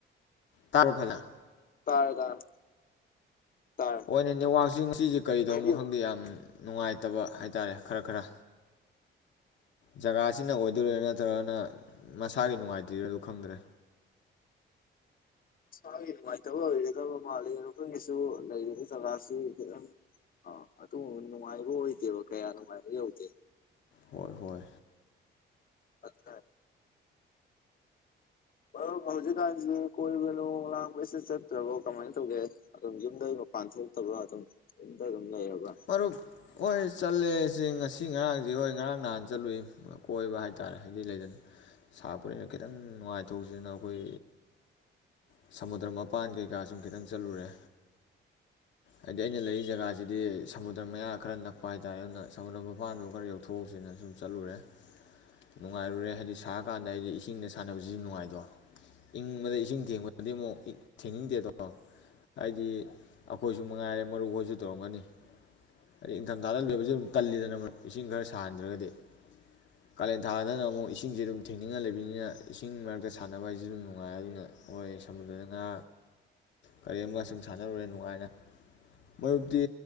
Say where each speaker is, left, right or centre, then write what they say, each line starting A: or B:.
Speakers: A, on the left; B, on the left.
A: ꯇꯥꯕ꯭ꯔꯣ ꯐꯖꯟ
B: ꯇꯥꯔꯦ ꯇꯥꯔꯦ ꯇꯥꯔꯦ
A: ꯍꯣꯏꯅꯦ ꯅꯦꯠꯋꯥꯛꯁꯦ ꯉꯁꯤꯁꯦ ꯀꯩꯗꯧꯔꯕꯅꯣ
B: ꯍꯥꯏꯕꯤꯌꯨ
A: ꯈꯪꯗꯦ ꯌꯥꯝ ꯅꯨꯡꯉꯥꯏꯇꯕ ꯍꯥꯏꯇꯥꯔꯦ ꯈꯔ ꯈꯔ ꯖꯒꯥꯁꯤꯅ ꯑꯣꯏꯗꯣꯏꯔꯥ ꯅꯠꯇ꯭ꯔꯒꯅ ꯃꯁꯥꯒꯤ ꯅꯨꯡꯉꯥꯏꯇꫪꯤꯔꯥ ꯑꯗꯨ ꯈꯪꯗ꯭ꯔꯦ
B: ꯏꯁꯥꯒꯤ ꯅꯨꯡꯉꯥꯏꯇꯕ ꯑꯣꯏꯒꯗꯕ ꯃꯥꯜꯂꯤ ꯑꯩꯈꯣꯏꯒꯤꯁꯨ ꯂꯩꯔꯤꯕ ꯖꯒꯥꯁꯤ ꯈꯤꯇꯪ ꯑ ꯑꯗꯨ ꯅꯨꯡꯉꯥꯏꯕ ꯑꯣꯏꯗꯦꯕ ꯀꯌꯥ ꯅꯨꯡꯉꯥꯏꯕ ꯌꯧꯗꯦ
A: ꯍꯣꯏ ꯍꯣꯏ
B: ꯑꯆꯥ ꯃꫪꯨꯞ ꯍꯧꯖꯤꯛꯀꯥꯟꯁꯤ ꯀꯣꯏꯕ ꯂꯣ ꯂꯥꯡꯕꯁꯤ ꯆꯠꯇ꯭ꯔꯕꯣ ꯀꯃꯥꯏꯅ ꯇꯧꯒꯦ ꯑꯗꯨꯝ ꯌꯨꯝꯗꯩ ꯃꯄꯥꯟ ꯊꯣꯛꯇꯕ꯭ꯔ ꯑꯗꯨꯝ ꯌꯨꯝꯗ ꯑꯗꯨꯝ ꯂꯩꯔꯕ꯭ꯔꯥ
A: ꯄꯔꯨꯞ ꯑꯣꯏꯁ ꯆꯠꯂꯦꯁꯦ ꯉꯁꯤ ꯉꯔꯥꯡꯁꯦ ꯍꯣꯏ ꯉꯔꯥꯡ ꯅꯍꯥꯟ ꯆꯠꯂꯨꯏ ꯀꯣꯏꯕ ꯍꯥꯏꯇꯥꯔꯦ ꯍꯥꯏꯗꯤ ꯂꯩꯗꯅ ꯁꯥꯄꯣꯅꯤꯅ ꯈꯤꯇꯪ ꯅꯨꯡꯉꯥꯏꯊꯣꯛꯁꯦꯅ ꯑꯩꯈꯣꯏ ꯁꯃꯨꯗ꯭ꯔ ꯃꯄꯥꯟ ꯀꯩꯀꯥ ꯁꯨꯝ ꯈꯤꯇꯪ ꯆꯠꯂꯨꯔꯦ ꯍꯥꯏꯗꯤ ꯑꯩꯅ ꯂꯩꯔꯤ ꯖꯒꯥꯁꯤꯗꯤ ꯁꯃꯨꯗ꯭ꯔ ꯃꯌꯥ ꯈꯔ ꯅꯛꯄ ꯍꯥꯏꯇꯥꯔꯦ ꯑꯗꯨꯅ ꯁꯃꯨꯗ꯭ꯔ ꯃꯄꯥꯟꯗ ꯈꯔ ꯌꯧꯊꯣꯛꯎꯁꯤꯅ ꯁꯨꯝ ꯆꯠꯂꯨꯔꯦ ꯅꯨꯡꯉꯥꯏꯔꯨꯔꯦ ꯍꯥꯏꯗꯤ ꯁꯥꯔꯀꯥꯟꯗ ꯑꯩꯗꯤ ꯏꯁꯤꯡꯗ ꯁꯥꯟꯅꯕꯁꯤꯁꯨ ꯅꯨꯡꯉꯥꯏꯗꯣ ꯏꯪꯕꯗ ꯏꯁꯤꯡ ꯊꯦꯡꯕ ꯑꯗꯩꯃꯣ ꯏꯛ ꯊꯦꯡꯅꯤꯡꯗꯦꯗꯣ ꯍꯥꯏꯗꯤ ꯑꯩꯈꯣꯏꯁꯨ ꯃꯉꯥꯏꯔꯦ ꯃꯔꯨꯞ ꯑꯣꯏꯁꯨ ꯇꯧꯔꯝꯒꯅꯤ ꯍꯥꯏꯗꯤ ꯏꯪꯊꯝꯊꯥꯗ ꯂꯣꯏꯕꯖꯤ ꯑꯗꯨꯝ ꯇꯜꯂꯤꯗꯅ ꯑꯃ ꯏꯁꯤꯡ ꯈꯔ ꯁꯥꯍꯟꯗ꯭ꯔꯒꯗꯤ ꯀꯥꯂꯦꯟ ꯊꯥꯗꯅ ꯑꯃꯨꯛ ꯏꯁꯤꯡꯖꯦ ꯑꯗꯨꯝ ꯊꯦꯡꯅꯤꯡꯉ ꯂꯩꯕꯅꯤꯅ ꯏꯁꯤꯡ ꯃꯔꯛꯇ ꯁꯥꯟꯅꯕ ꯍꯥꯏꯁꯤ ꯑꯗꯨꯝ ꯅꯨꯡꯉꯥꯏ ꯑꯗꯨꯅ ꯍꯣꯏ ꯁꯃꯨꯗ꯭ꯔꯗ ꯉꯥ ꯀꯔꯤꯝꯒ ꯑ ꯁꯨꯝ ꯁꯥꯟꯅꯔꯨꯔꯦ ꯅꯨꯡꯉꯥꯏꯅ ꯃꯔꯨꯞꯇꯤ